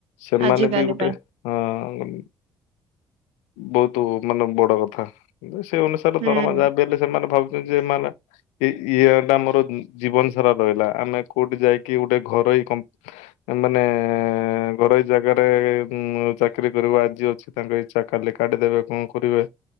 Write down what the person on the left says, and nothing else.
ସେମାନେ
ବି ଗୋଟେ
ହଁ, ବହୁତ ମାନେ ବଡ କଥା। ସେ ଅନୁସାରେ
ଦରମା ଯା ଦେଲେ ସେମାନେ ଭାବୁଛନ୍ତି ଯେ ସେମାନେ ଏ ଇଏ ଟା ଆମର ଜୀବନ ସାରା ରହିଲା ଆମେ କୋଉଠି ଯାଇକି ଗୋଟେ ଘରୋଇ କ ମାନେ ଘରୋଇ ଜାଗାରେ ହୁଁ ଚାକିରି କରିବ ଆଜି ଅଛି ତାଙ୍କ ଇଛା କାଲି କାଢ଼ି ଦେବେ କଣ କରିବେ।